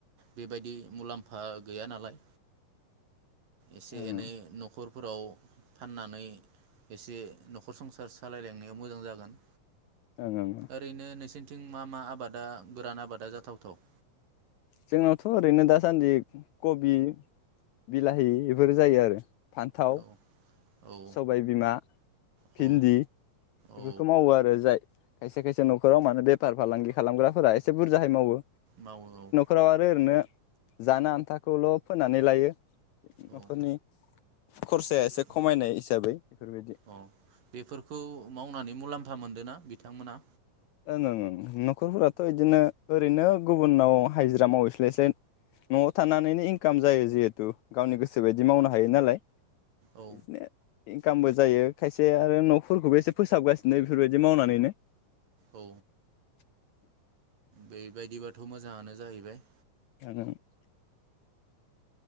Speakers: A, on the right; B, on the left.
A: बेबायदि मुलाम्फा गैया नालाय
B: ओं
A: एसे एनै न'खरफोराव फाननानै एसे न'खर संसार सालायलायनायाव मोजां जागोन
B: ओं ओं
A: ओरैनो नोंसिनि थिं मा मा आबादा गोरान आबादा जाथावथाव
B: जोंनावथ' ओरैनो दासान्दि कबि बिलाहि बेफोर जायो आरो फान्थाव
A: औ औ
B: सबाय बिमा
A: औ
B: भिन्दि बेफोरखौ
A: औ
B: मावो आरो जाय खायसे खायसे न'खराव मानो बेफार फालांगि खालामग्राफोरा एसे बुरजाहै मावो
A: माव औ
B: राव आरो ओरैनो जानो आन्थाखौल' फोनानै लायो
A: औ
B: न'खरनि खरसाया
A: बेफोर
B: एसे खमायनाय हिसाबै बेफोरबायदि
A: औ बेफोरखौ मावनानै मुलाम्फा मोनदोंना बिथांमोना
B: ओं ओं ओं न'खरफोराथ' बिदिनो ओरैनो गुबुनाव हाजिरा मावहैस्लायस्लाय न'आव थानानैनो इनकाम जायो जिहेथु गावनि गोसो बायदि मावनो हायो नालाय
A: औ
B: इनो इनकामबो जायो खायसे आरो न'फोरखौबो एसे फोसाबगासिनो बेफोरबायदि मावनानैनो
A: औ
B: <inaudible>
A: बेबायदिबाथ' मोजाङानो जाहैबाय
B: <unintelligible>